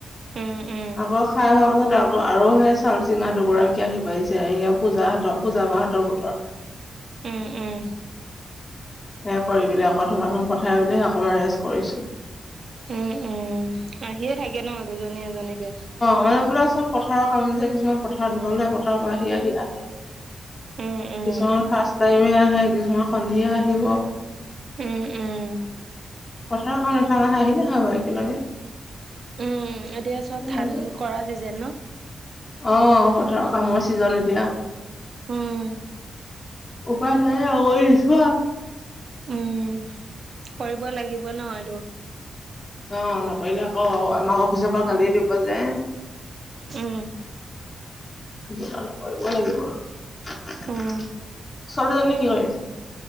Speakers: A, on the right; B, on the left.
A: উম, উম।
B: আকৌ খাই খোৱা পাছতে- আৰু সেই চাউল চিঙা দুগৰাকী আহি পাইছে পূজা হতৰ পূজাবাহতৰ গোটৰ।
A: উম উম।
B: সেয়া কৰিমেলি আকৌ ধুমা ধুম পঠাই বুলিহে অকনমান ৰেষ্ট কৰিছো।
A: উম উম আহিয়ে থাকে ন দুজনী এজনীকে?
B: ঘৰৰ পৰা চব- পথাৰৰ কাম যে কিছুমান পথাৰত গল সেই পথাৰৰ পৰা আহি আহি আহে।
A: উম, উম,
B: কিছুমান ফাৰ্ষ্ট টাইম আহে কিছুমান সন্ধিয়া আহিব।
A: উম উম।
B: পথাৰৰ কাম নথকা হ'লে আহিলে হয় একেলগে।
A: উম, এতিয়া চব
B: সেইকাৰণে
A: ধান কৰা চিজন ন?
B: অ পথাৰৰ কামৰ ছিজন এতিয়া।
A: উম,
B: উপায় নাই আৰু কৰি দিছো আৰু।
A: উম, কৰিব লাগিব ন এইটো।
B: অ নকৰিলে আকৌ আমাক অফিচৰ পৰা গালি দিব যে।
A: উম,
B: সেইকাৰণে কৰিবই লাগিব আৰু।
A: উম।
B: ছোৱালী জনী কি কৰিছে?